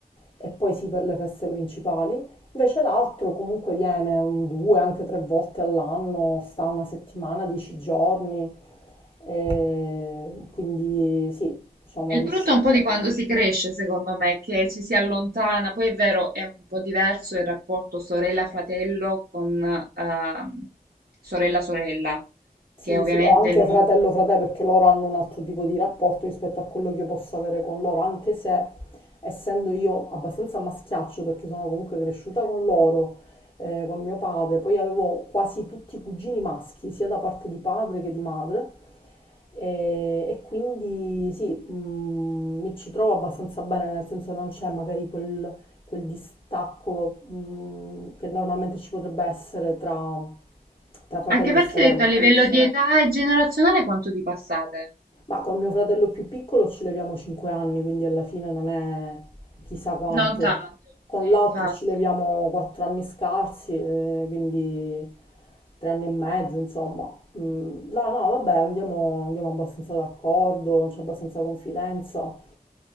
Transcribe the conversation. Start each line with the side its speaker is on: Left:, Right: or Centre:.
Left: e poi sì per le feste principali. Invece l'altro comunque viene un, due, anche tre volte all'anno, sta una settimana, dieci giorni, e quindi sì, diciamo
Right: È il
Left: riuscì.
Right: brutto è un po' di quando si cresce, secondo me, che ci si allontana. Poi è vero, è un po' diverso il rapporto sorella-fratello con ehm, sorella-sorella,
Left: Sì,
Right: che ovviamente
Left: sì, o anche
Right: è il mio...
Left: fratello fratello perché loro hanno un altro tipo di rapporto rispetto a quello che io posso avere con loro, anche se essendo io abbastanza a maschiaccio perché sono comunque cresciuta con loro, eh, con mio padre, poi avevo quasi tutti i cugini maschi, sia da parte di padre che di madre, e, e quindi sì, mm, mi ci trovo abbastanza bene, nel senso non c'è magari quel, quel distacco, mm, che normalmente ci potrebbe essere tra tra fratello
Right: Anche perché,
Left: e sorella.
Right: detto a livello di età e generazionale, quanto vi passate?
Left: Ma con mio fratello più piccolo ci leviamo 5 anni, quindi alla fine non è chissà quanto.
Right: Non tanto,
Left: Con
Right: sì,
Left: l'altro
Right: infatti.
Left: ci leviamo 4 anni scarsi, eh, quindi 3 anni e mezzo, insomma. Mm, no, no, vabbè, andiamo, andiamo abbastanza d'accordo, c'è abbastanza confidenza.